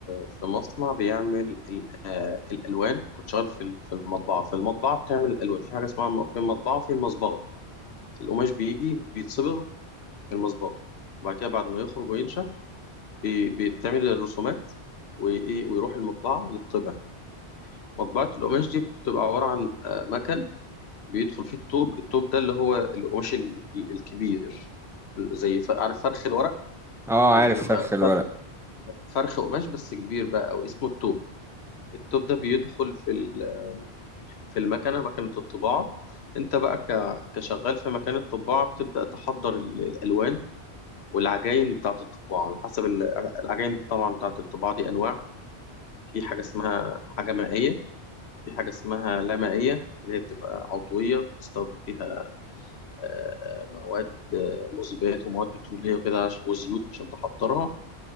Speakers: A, on the left; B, in the centre.
A: في مصنع بيعمل ال- آه، الألوان كنت شغال في ال- في المطبعة في المطبعة بتعمل الألوان في حاجة اسمها م- في المطبعة في المصبغة القماش بيجي بيتصبغ في المصبغة وبعد كده بعد ما يخرج وينشف بي- بيتعمل الرسومات وايه ويروح المطبعه يطبع مطبعه القماش دي بتبقى عباره عن آه، مكن بيدخل فيه الطوب الطوب ده اللي هو القماش ال- ال- الكبير زي ف- عارف فرخ الورق
B: اه عارف
A: بيبقى
B: فرخ الورق
A: فرخ فرخ قماش بس كبير بقى او اسمه الطوب الطوب ده بيدخل في ال- في المكنه مكنه الطباعه انت بقى ك- كشغال في مكان الطباعه بتبدا تحضر ال- الالوان والعجاين بتاعه الطباعه على حسب ال- العجاين طبعا بتاعه الطباعه دي انواع في حاجه اسمها حاجه مائيه في حاجة اسمها لا مائية اللي هي بتبقى عضوية بتستخدم فيها آه، مواد آه، مذيبات ومواد بترولية وكده عش- وزيوت عشان تحضرها